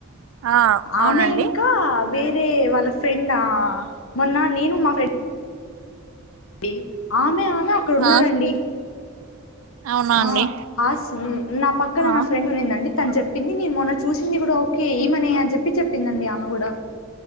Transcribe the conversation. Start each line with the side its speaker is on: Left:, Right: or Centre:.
Right: ఆ అవునండి
Left: ఆమె ఇంకా వేరే వాళ్ళ ఫ్రెండా మొన్న నేను మా ఫ్రెండ్ డి ఆమె ఆమ్ తే అక్కడ ఉన్నారండి
Right: ఆ అవునా అండి
Left: ఆ హాస్ నా పక్కన
Right: ఆ
Left: నా ఫ్రెండ్ ఉన్నిందండి తను చెప్ చెప్పింది నేను మొన్న చూసింది కూడా ఓకే ఈమనే అని చెప్పి చెప్ చెప్పిందండి ఆమె కూడా